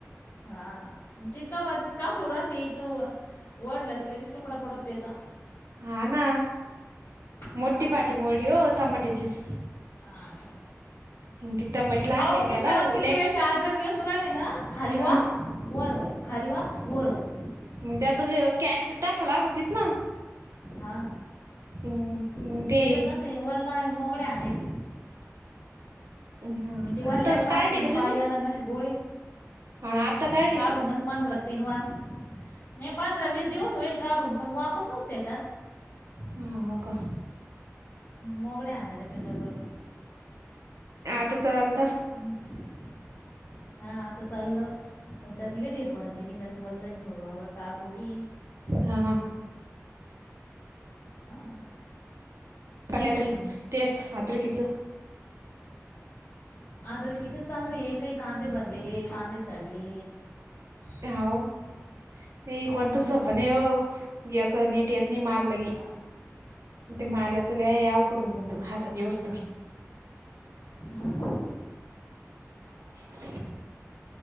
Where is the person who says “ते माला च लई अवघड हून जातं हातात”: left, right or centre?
Right